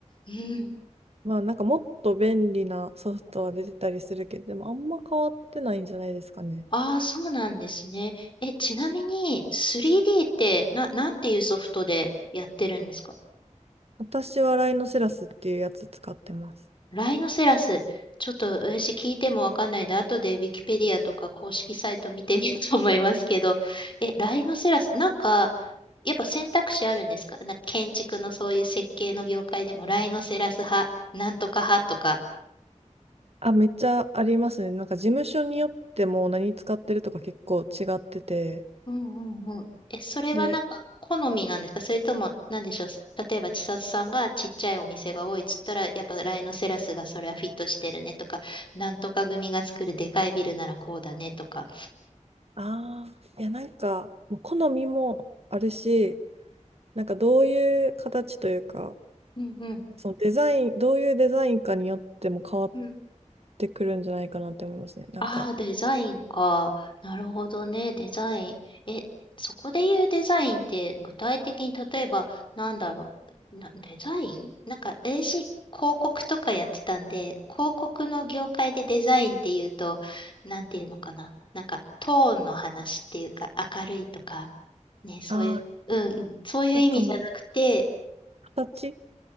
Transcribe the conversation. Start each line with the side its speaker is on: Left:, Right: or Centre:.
Left: うん。
Right: まあなんかもっと便利なソフトは出てたりするけど、でもあんま変わってないんじゃないですかね。
Left: ああ、そうなんですね。え、ちなみに 3D ってな、なんていうソフトでやってるんですか
Right: 私はライノセラスっていうやつ使ってます。
Left: ライノセラス。ちょっと私聞いてもわかんないんで、後でウィキペディアとか公式サイト見てみようと思いますけど、え、ライノセラス、なんか、やっぱ選択肢あるんですかなんか建築のそういう設計の業界でも、ライノセラス派、なんとか派とか
Right: あ、めっちゃありますね。なんか事務所によっても何使ってるとか結構違ってて。
Left: うんうんうん。え、それはなんか好みなんですかそれとも、
Right: で、
Left: なんでしょう。例えば、千里さんがちっちゃいお店が多いっつったら、やっぱライノセラスがそれはフィットしてるねとか、なんとか組が作るでかいビルならこうだねとか。
Right: ああ、いやなんかもう好みもあるし、なんかどういう形というか、
Left: うんうん。
Right: そのデザイン、どういうデザインかによっても変わっ
Left: うん
Right: てくるんじゃないかなって思いますね。なんか、
Left: ああ、デザインか。なるほどね、デザイン。え、そこで言うデザインって具体的に例えばなんだろう。な、デザインなんか私広告とかやってたんで、広告の業界でデザインっていうと、なんていうのかな。なんかトーンの話っていうか明るいとか、ね、そういう、
Right: ああ、
Left: うん、うんそういう意味じゃなくて、
Right: なんかもう形